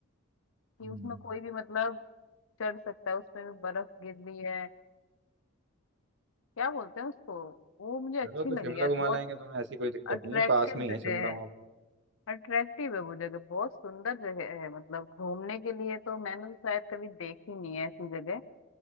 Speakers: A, on the left; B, on the right.
A: कि
B: हम्म।
A: उसमें कोई भी मतलब चढ़ सकता है उसमें भी बर्फ गिर रही है क्या बोलते हैं उसको वो मुझे अच्छी
B: चलो
A: लगी
B: तो शिमला
A: यार
B: घुमा
A: बहुत
B: लाएंगे तुम्हें ऐसी कोई दिक्कत
A: अट्रैक्टिव
B: नहीं है पास में ही
A: जगह
B: है शिमला
A: है
B: वहाँ
A: अट्रैक्टिव है वो जगह बहुत सुंदर जगह है मतलब घूमने के लिए तो मैंने तो शायद कभी देखी नहीं है ऐसी जगह